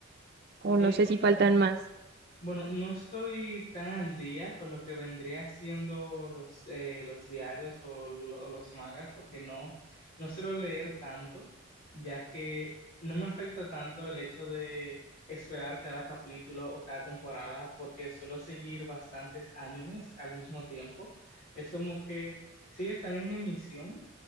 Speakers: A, on the right (about 50°); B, on the left (about 45°).
A: o
B: Eh,
A: no sé si faltan más.
B: Bueno, no estoy tan al día con lo que vendría siendo los, eh, los diarios o, lo- o los mangas, porque no, no suelo leer tanto, ya que no me afecta tanto el hecho de esperar cada capítulo o cada temporada, porque suelo seguir bastantes animes al mismo tiempo. Es como que sí están en emisión